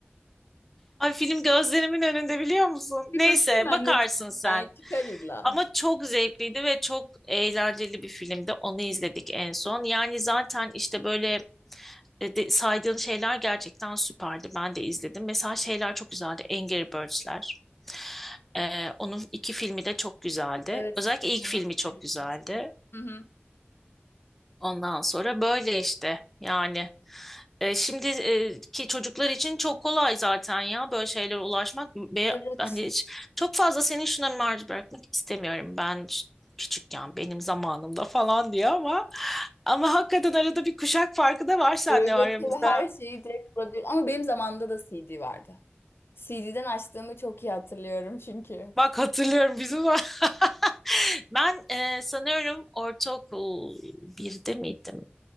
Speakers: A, in the centre; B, on the left.
A: Ay film gözlerimin önünde biliyor musun?
B: Bir
A: Neyse
B: bakayım ben
A: bakarsın
B: Netflix'ten.
A: sen.
B: ya, Çıkar illa.
A: Ama çok zevkliydi ve çok eğlenceli bir filmdi. Onu izledik en son. Yani zaten işte böyle e, de- saydığın şeyler gerçekten süperdi. Ben de izledim. Mesela şeyler çok güzeldi. Angry Birds'ler. Ee, onun iki filmi de çok güzeldi.
B: Evet,
A: Özellikle ilk
B: sinemasına
A: filmi çok
B: gitmiştim.
A: güzeldi.
B: Hı hı.
A: Ondan sonra böyle işte yani. E, şimdi e, ki çocuklar için çok kolay zaten ya böyle şeylere ulaşmak ve
B: Evet.
A: hani hiç- çok fazla senin şuna maruz bırakmak istemiyorum ben ş- küçükken benim zamanımda falan diyor ama ama hakikaten arada bir kuşak farkı da var seninle
B: Öğretili
A: aramızda.
B: her şeyi direkt bulabilir. Ama benim zamanımda da CD vardı. CD'den açtığımı çok iyi hatırlıyorum çünkü.
A: Bak hatırlıyorum bizim <laughs> ben e, sanıyorum ortaokul birde miydim?